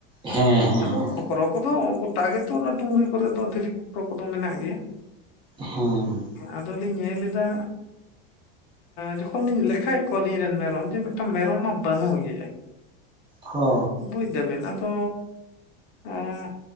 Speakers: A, on the right; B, on the left.
A: ᱦᱮᱸ ᱦᱮᱸ ᱦᱮᱸ
B: ᱟᱫᱚ ᱠᱷᱚᱠᱨᱚ ᱠᱚᱫᱚ ᱜᱚᱴᱟ ᱜᱮᱛᱚ ᱚᱱᱟ ᱰᱩᱝᱨᱤ ᱠᱚᱨᱮ ᱫᱚ ᱫᱷᱤᱨᱤ ᱠᱷᱚᱠᱨᱚ ᱠᱚᱫᱚ ᱢᱮᱱᱟᱜ ᱜᱮᱭᱟ
A: ᱦᱮᱸ
B: ᱟᱫᱚᱞᱤᱧ ᱧᱮᱞ ᱮᱫᱟ ᱡᱚᱠᱷᱚᱱ ᱞᱤᱧ ᱞᱮᱠᱷᱟᱭᱮᱫ ᱠᱚᱣᱟ ᱠᱷᱟᱭᱟᱞ ᱮᱫ ᱠᱚᱣᱟᱞᱤᱧ ᱢᱮᱨᱚᱢ ᱡᱮ ᱢᱤᱫᱴᱟᱝ ᱢᱮᱨᱚᱢ ᱢᱟ ᱵᱟᱹᱱᱩᱜ ᱜᱮᱭᱟ
A: ᱦᱚ
B: ᱵᱩᱡᱽ ᱮᱫᱟ ᱵᱮᱱ ᱟᱫᱚ ᱚᱸ